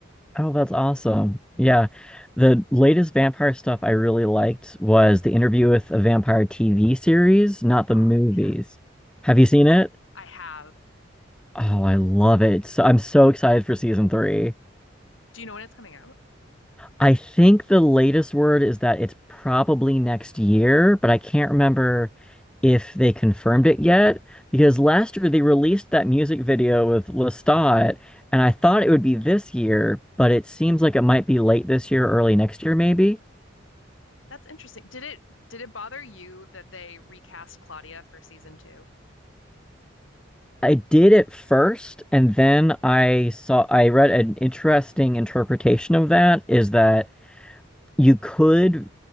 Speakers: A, in the centre; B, on the left.
A: Oh, that's awesome. Yeah. The latest vampire stuff I really liked was The Interview with a Vampire TV series, not the
B: Oh,
A: movies. Have you seen it?
B: I have.
A: Oh, I love it. So, I'm so excited for season three.
B: Do you know when it's coming out?
A: I think the latest word is that it's probably next year, but I can't remember if they confirmed it yet because last year they released that music video with Lestat, and I thought it would be this year, but it seems like it might be late this year, early next year, maybe.
B: That's interesting. Did it did it bother you that they recast Claudia for season two?
A: I did it first, and then I saw I read an interesting interpretation of that is that you could